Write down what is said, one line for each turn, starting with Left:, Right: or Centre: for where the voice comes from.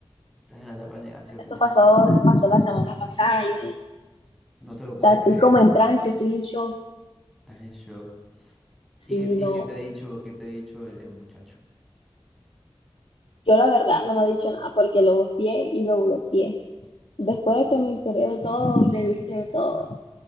Centre: Estás en la etapa de negación,
Left: Eso
Centre: no,
Left: pasó, pasó la semana pasada. Yo, no, o
Centre: no te lo
Left: sea,
Centre: puedes
Left: estoy
Centre: creer,
Left: como en trance, estoy en shock.
Centre: estás en shock.
Left: Sí,
Centre: ¿Y qué, y
Left: no.
Centre: qué te ha dicho, qué te ha dicho el, el muchacho?
Left: Yo la verdad no me ha dicho nada porque lo gosteé y lo bloqueé. Después
Centre: Uf.
Left: de que me enteré de todo, le dije de todo.